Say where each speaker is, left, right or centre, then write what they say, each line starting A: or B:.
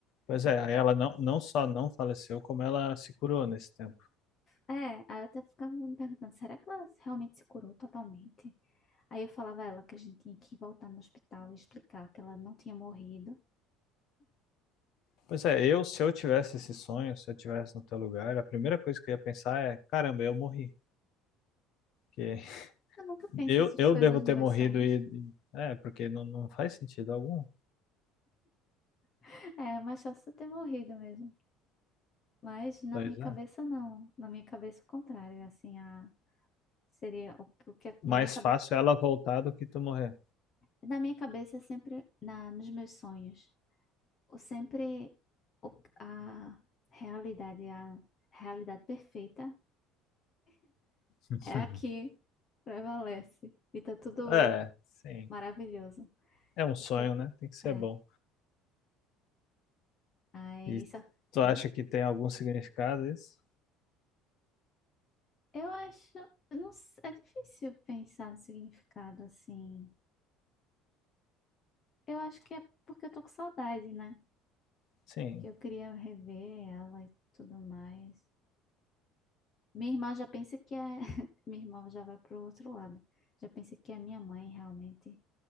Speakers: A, on the left; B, on the left.
A: Ela
B: Pois
A: tava...
B: é, aí ela não, não só não faleceu, como ela se curou nesse tempo.
A: É, aí eu até ficava me perguntando, será que ela realmente se curou totalmente? Aí eu falava a ela que a gente tinha que voltar no hospital e explicar que ela não tinha morrido.
B: Pois é, eu, se eu tivesse esse sonho, se eu tivesse no teu lugar, a primeira coisa que eu ia pensar é: caramba, eu morri. Porque
A: Eu nunca penso
B: Eu,
A: essas
B: eu
A: coisas
B: devo
A: nos
B: ter
A: meus
B: morrido
A: sonhos.
B: e. É, porque não, não faz sentido algum.
A: <laughs> É, mas só se eu ter morrido mesmo. Mas na
B: Pois
A: minha cabeça
B: é.
A: não. Na minha cabeça o contrário, assim, a seria o que o que- é,
B: Mais
A: na minha cabeça,
B: fácil ela voltar do que tu morrer.
A: na minha cabeça é sempre na nos meus sonhos, o sempre o- a realidade, a realidade perfeita
B: <laughs>
A: é a que prevalece e tá tudo
B: É, sim.
A: maravilhoso.
B: É um sonho,
A: É.
B: né? Tem que ser
A: É.
B: bom.
A: Aí
B: E
A: só,
B: tu acha
A: hã?
B: que tem algum significado isso?
A: Eu acho, eu não, s- é difícil pensar no significado assim. Eu acho que é porque eu tô com saudade, né?
B: Sim.
A: que eu queria rever ela e tudo mais. Minha irmã já pensa que é. <laughs> Minha irmã já vai pro outro lado. Já pensa que é minha mãe realmente